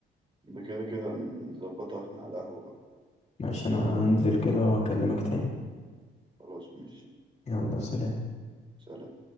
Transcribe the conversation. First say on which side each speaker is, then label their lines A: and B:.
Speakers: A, on the right; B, on the left.
A: ده كده كده نظبطها واحنا على القهوة بقى
B: معلش انا هنزل كده واكلمك تاني
A: خلاص ماشي
B: يلا سلام
A: سلام